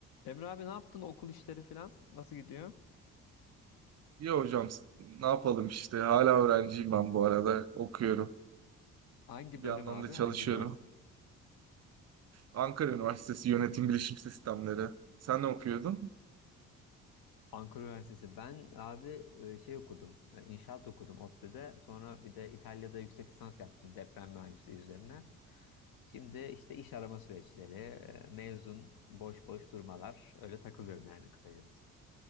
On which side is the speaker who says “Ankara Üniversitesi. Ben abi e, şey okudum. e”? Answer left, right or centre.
Left